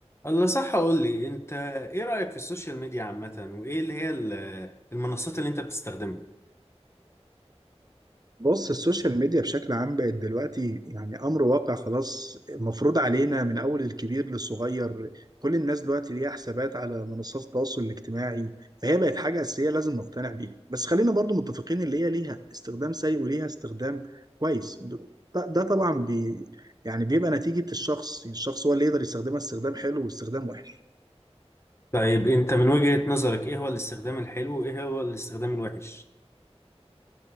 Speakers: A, on the left; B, on the right.
A: الله صح اقول لي انت ايه رأيك في السوشيال ميديا عامة وايه اللي هي ال- المنصات اللي انت بتستخدمها
B: بص السوشيال ميديا بشكل عام بقت دلوقتي يعني أمر واقع خلاص مفروض علينا من أول الكبير للصغير كل الناس دلوقتي ليها حسابات على منصات التواصل الاجتماعي فهي بقت حاجة أساسية لازم نقتنع بيها بس خلينا برضو متفقين اللي هي ليها استخدام سيء وليها استخدام كويس ده ده طبعا بي يعني بيبقى نتيجة الشخص يعني الشخص هو اللي يقدر يستخدمها استخدام حلو واستخدام وحش
A: طيب انت من وجهة نظرك ايه هو الاستخدام الحلو وايه هو الاستخدام الوحش